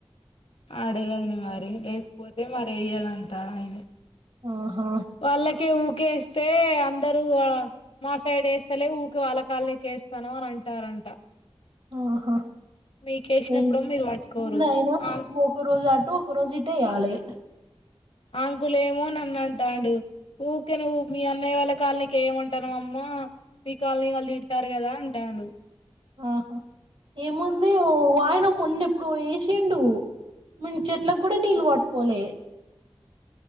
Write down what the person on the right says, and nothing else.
ఆహా
ఆహా
ఏ
ముందైనా
ఒక రోజు అటు ఒక రోజ ఇటు ఎయ్యాలే
ఆహా ఏముంది వాయిన మొన్న ఎప్పుడు వేసిండు మేము చెట్లలకు కూడా నీళ్ళు పట్టుకోలే,